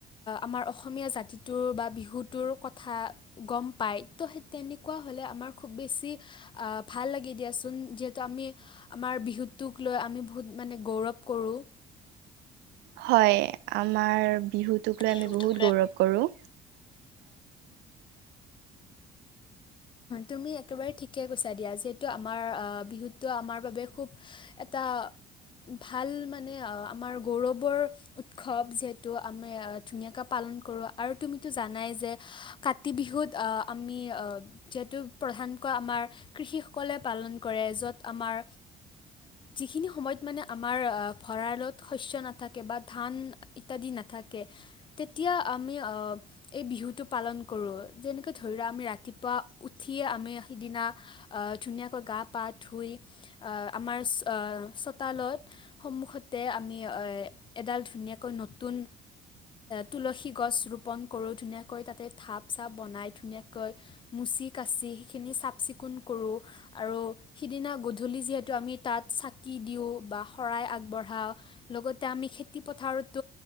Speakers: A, on the left; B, on the right.
A: আমাৰ অসমীয়া জাতি। বা বিহুটোৰ কথা গম পায় তো সেই তেনেকুৱা হ'লে আমাৰ খুব বেছি। ভাল লাগে দিয়াচোন যিহেতু আমি আমাৰ বিহুটোক লৈ আমি বহুত মানে গৌৰৱ কৰোঁ।
B: হয় আমাৰ বিহুটোক লৈ
A: বিহুটোক
B: আমি বহুত
A: লৈ
B: গৌৰৱ কৰোঁ।
A: তুমি একেবাৰে ঠিকে কৈছা দিয়া যিহেতু বিহুতটো আমাৰ বাবে খুব এটা ভাল মানে আমাৰ। গৌৰৱৰ উৎসৱ যিহেতু আমি ধুনীয়াকৈ পালন কৰোঁ আৰু তুমিতো জানাই যে কাতি বিহুত আমি যিহেতু প্ৰধান। আমাৰ কৃষিসকলে পালন কৰে য'ত আমাৰ যিখিনি সময়ত মানে আমাৰ ভঁৰালত শস্য নাথাকে বা ধান ইত্যাদি নাথাকে তেতিয়া আমি এই বিহুটো পালন কৰোঁ যেনেকে ধৰি লোৱা আমি ৰাতিপুৱা উঠিয়ে আমি সিদিনা ধুনীয়াকৈ গা পা ধুই আ আমাৰ অ চোতালত সন্মুখতে আমি এডাল ধুনীয়াকৈ নতুন তুলসী গছ ৰুব ধুনীয়াকৈ তাতে ধাপ চাপ বনাই ধুই মচি সেই খিনি চাফ চিকুন কৰো আৰু সিদিনা গধুলি যিহেতু আমি তাত চাকি বা শৰাই আগবঢ়াও লগতে আমি খেতি পথাৰত